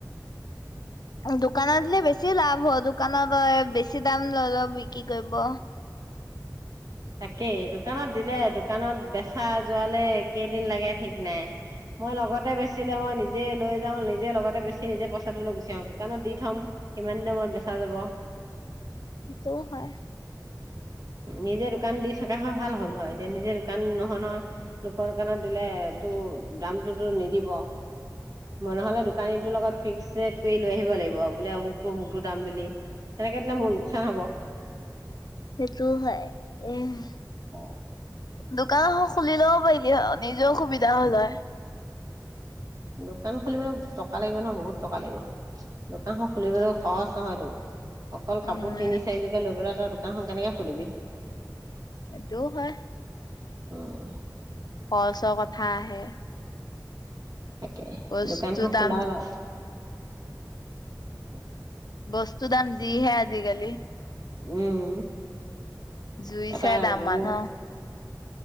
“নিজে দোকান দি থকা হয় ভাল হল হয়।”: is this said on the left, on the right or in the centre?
Right